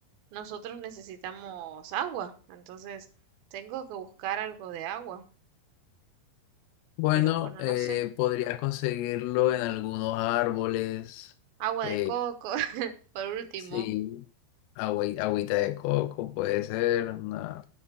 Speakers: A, on the right; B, on the left.
A: nosotros necesitamos agua, entonces tengo que buscar algo de agua.
B: Bueno,
A: Pero bueno,
B: eh,
A: no sé.
B: podrías conseguirlo en algunos árboles,
A: Agua
B: eh,
A: de coco, <laughs> por último.
B: Sí, agüi- agüita de coco puede ser una